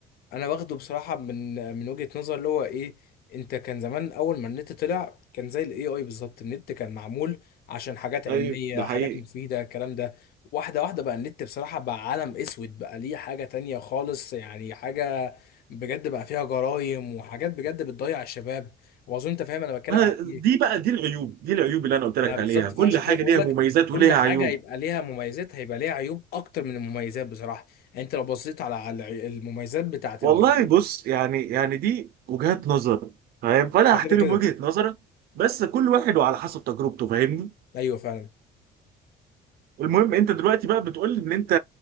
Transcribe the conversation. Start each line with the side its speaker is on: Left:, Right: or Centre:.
Left: انا واخده بصراحه من من وجهه نظر اللي هو ايه انت كان زمان اول ما النت طلع كان زي الاي اي بالظبط النت كان معمول عشان حاجات علميه
Right: ايوه ده حقيقي
Left: حاجات مفيده الكلام ده واحده واحده بقى النت بصراحه بقى عالم اسود بقى ليه حاجه تانية خالص يعني حاجه بجد بقى فيها جرايم وحاجات بجد بتضيع الشباب واظن انت فاهم انا بتكلم
Right: ما-
Left: على ايه
Right: دي بقى دي العيوب دي العيوب اللي انا قلت لك
Left: ما بالظبط
Right: عليها كل
Left: فعشان
Right: حاجه
Left: كده بقول
Right: ليها
Left: لك
Right: مميزات
Left: كل
Right: وليها
Left: حاجه
Right: عيوب
Left: هيبقى ليها مميزات هيبقى ليها عيوب اكتر من المميزات بصراحه يعني انت لو بصيت على على المميزات بتاعت
Right: والله
Left: ال-
Right: بص يعني يعني دي وجهات نظر فاهم فانا
Left: ده
Right: هحترم
Left: كده كده
Right: وجهة نظرك بس كل واحد وعلى حسب تجربته فاهمني
Left: ايوه فعلا
Right: المهم انت دلوقتي بقى بتقول ان انت